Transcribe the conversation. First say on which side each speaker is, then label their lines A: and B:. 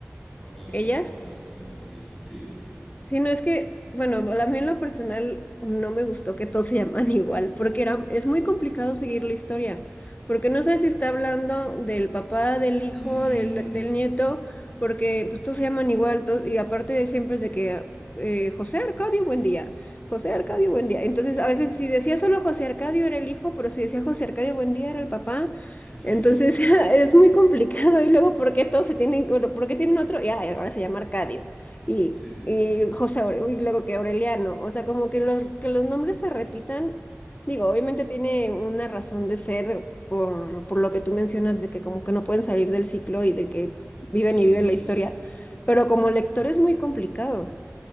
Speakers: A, in the centre; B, on the left (about 35°).
A: Aurelio
B: ¿Ella?
A: Aurelio Buendía, <laughs> sí.
B: Sí, no es que, bueno, a mí en lo personal no me gustó que todos se <laughs> llaman igual, porque era, es muy complicado seguir la historia, porque no sé si está hablando del papá, del hijo,
A: Ujú,
B: del, del nieto, porque pues todos se llaman igual, todos- y aparte de siempre es de que eh, José Arcadio, buen día, José Arcadio, buen día. Entonces, a
A: Sí,
B: veces si decía solo José Arcadio era el hijo, pero si decía José Arcadio, buen día era el papá.
A: <laughs>
B: Entonces, <laughs> es muy complicado, y luego, ¿por qué todos se tienen, bueno, por qué tienen otro? Ya, ahora se llama Arcadio y,
A: sí, sí, sí.
B: y José Aure- y luego que Aureliano, o sea, como que los, que los nombres se repitan, digo, obviamente tiene una razón de ser por, por lo que tú mencionas, de que como que no pueden salir del ciclo y de que viven
A: Ujú,
B: y viven la historia, pero como lector es muy complicado.